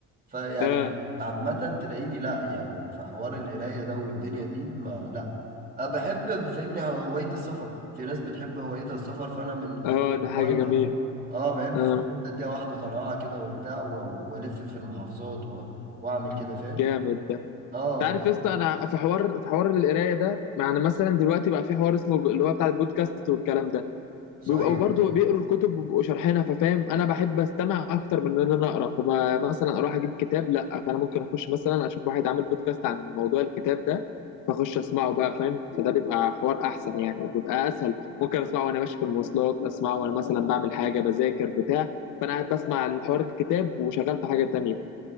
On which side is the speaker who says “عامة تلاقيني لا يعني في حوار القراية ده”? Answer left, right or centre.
Right